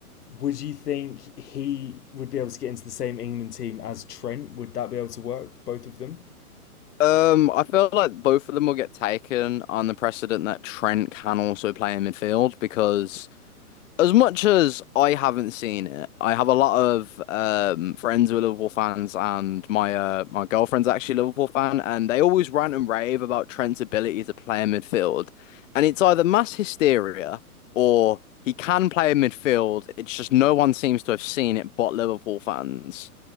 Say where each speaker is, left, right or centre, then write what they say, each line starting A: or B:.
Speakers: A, on the left; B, on the left.
A: would you think he would be able to get into the same England team as Trent? Would that be able to work, both of them?
B: Um, I feel like both of them will get taken on the precedent that Trent can also play in midfield because As much as I haven't seen it, I have a lot of um, friends who are Liverpool fans, and my uh, my girlfriend's actually a Liverpool fan, and they always rant and rave about Trent's ability to play in midfield. And it's either mass hysteria or he can play in midfield. It's just no one seems to have seen it but Liverpool fans.